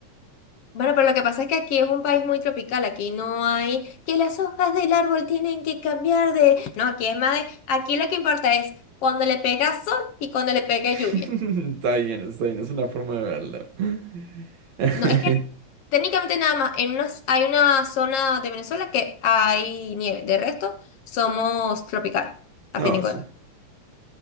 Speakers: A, on the left; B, on the right.
A: bueno, pero lo que pasa es que aquí es un país muy tropical, aquí no hay que las hojas del árbol tienen que cambiar de... No, aquí es más de... Aquí lo que importa es cuando le pega sol y cuando le pega
B: <laughs>
A: lluvia.
B: Está bien, está bien, es una forma de verlo. <laughs>
A: No, es que técnicamente nada más, en unas, hay una zona de Venezuela que hay nieve, de resto somos tropical, a
B: No,
A: fin de cuentas.
B: sí,